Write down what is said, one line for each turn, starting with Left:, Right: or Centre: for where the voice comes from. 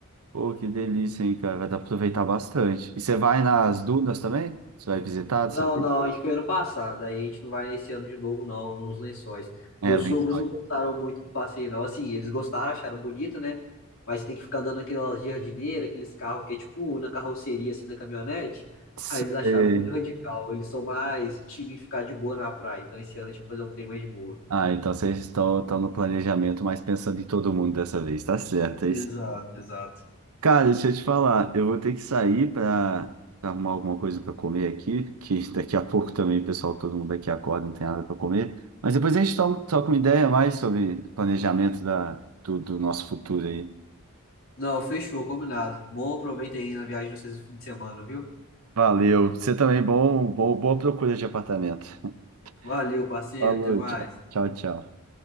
Right: Pô, que delícia, hein, cara. Vai dar pra aproveitar bastante. E você vai nas dunas também? Você vai visitar,
Left: Não,
Right: sabe?
Left: não, a gente foi ano passado, aí a gente não vai esse ano de novo, não, nos Lençóis.
Right: É,
Left: Meus
Right: Lençóis.
Left: sogros não gostaram muito do passeio, não. Assim, eles gostaram, acharam bonito, né? Mas você tem que ficar andando naquelas jardineiras, aqueles carros que é tipo na carroceria, assim, da caminhonete.
Right: Você-
Left: Aí eles acharam muito radical. Eles são mais time ficar de boa na praia. Então esse ano a gente vai fazer um trem mais de boa.
Right: Ah, então vocês estão, estão no planejamento, mas pensando em todo mundo dessa vez, tá certo. É
Left: Exato,
Right: isso?
Left: exato.
Right: Cara, deixa eu te falar, eu vou ter que sair para arrumar alguma coisa para comer aqui, que <laughs> daqui a pouco também, pessoal, todo mundo aqui acorda, não tem nada para comer. Mas depois a gente to- troca uma ideia mais sobre planejamento da, do, do nosso futuro aí.
Left: Não, fechou, combinado. Bom, aproveita aí na viagem de vocês no fim de semana, viu?
Right: Valeu. Você também, bom, bom, boa procura de apartamento. <laughs>
Left: Valeu, parceiro,
Right: Falou,
Left: até mais.
Right: tchau, tchau. tchau.